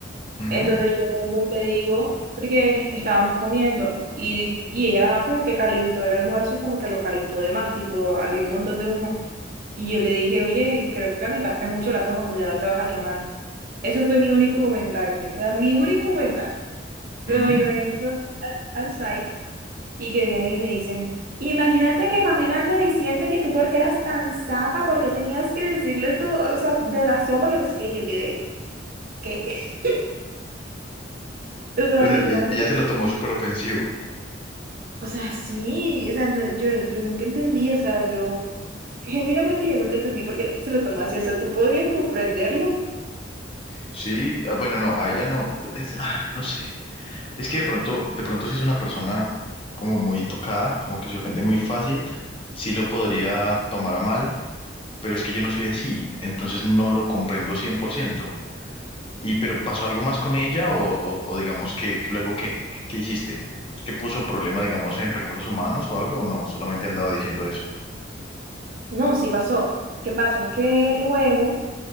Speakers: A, on the left; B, on the right.
A: ujú,
B: Entonces yo vengo y le digo, porque estábamos comiendo y, di- y ella como que calentó el almuerzo y como que lo calentó de más, tipo había un montón de humo. Y yo le dije, oye, creo que calentaste mucho la sopa, cuidado, te vas a quemar. Eso fue mi único comentario, o sea, mi único comentario. Luego
A: ujú.
B: yo entro al site y que vienen y me dicen, imagínate que Pamela anda diciendo que tú porque eras tan zapa, porque tenías que decirle tú, o sea, de la sopa que no sé qué, y yo quedé, ¿qué? <laughs> O sea,
A: O sea,
B: literalmente.
A: e- ella se lo tomó súper ofensivo.
B: O sea, sí, o sea, no- yo, yo nunca entendí, o sea, yo, genuinamente yo nunca entendí por qué se lo tomó así, o sea, tú podrías comprenderlo.
A: Sí, ah, bueno, no, a ella no. Es- ay, no sé. Es que de pronto, de pronto si es una persona como muy tocada, como que se ofende muy fácil, sí lo podría tomar a mal, pero es que yo no soy así, entonces no lo comprendo 100%. ¿Y pero pasó algo más con ella o, o- o digamos que luego qué? ¿Qué hiciste? ¿Qué puso problema, digamos, en recursos humanos o algo? ¿O no? Solamente andaba diciendo eso.
B: No, sí pasó. ¿Qué pasa? Que luego...